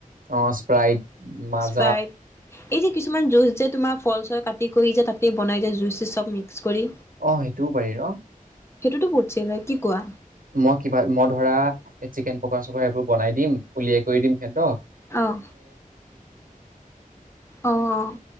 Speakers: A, on the right (about 75°); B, on the left (about 20°).
A: অ স্প্ৰাইট মাছ
B: স্পাইড এই যে কিছুমান জুছ যে তোমাৰ ফল চল কাটি কৰি যে তাতে বনাই যে জুছ চব মিক্স কৰি
A: অঁ সেইটোও পাৰি ন
B: সেইটোতো বহুত চেল হয় কি কোৱা
A: মই কিবা মই ধৰা চিকেন পকা চকা এইবোৰ বনাই দিম উলিয়াই কৰি দিম সিহতক
B: অঁহ অঁ অঁ